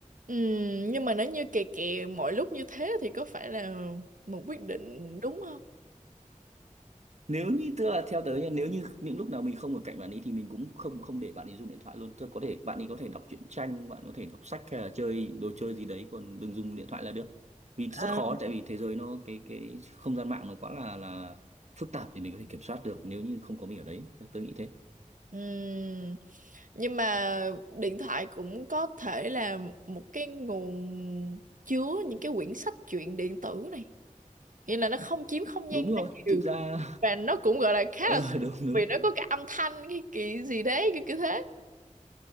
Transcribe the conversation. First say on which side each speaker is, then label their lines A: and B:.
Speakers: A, on the right; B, on the right.
A: Ừm, nhưng mà nếu như kè kè mọi lúc như thế thì có phải là một quyết định đúng không
B: nếu như tức là theo tớ nha nếu như những lúc nào mình không ở cạnh bạn ấy thì mình cũng không không để bạn ấy dùng điện thoại luôn tức là có thể bạn ấy có thể đọc truyện tranh bạn có thể đọc sách hay là chơi đồ chơi gì đấy còn đừng dùng điện thoại là được vì
A: À.
B: rất khó tại vì thế giới nó cái cái không gian mạng nó quá là là phức tạp thì mình có thể kiểm soát được nếu như không có mình ở đấy tớ nghĩ thế
A: Ừm, nhưng mà điện thoại cũng có thể là một cái nguồn chứa những cái quyển sách truyện điện tử này nghĩa là nó không chiếm không
B: đúng
A: gian
B: rồi
A: quá nhiều
B: thực ra
A: và nó cũng gọi là
B: <laughs>
A: khá
B: ờ
A: là sạch
B: đúng đúng
A: vì nó có cái âm thanh cái kỳ gì đấy cái kiểu thế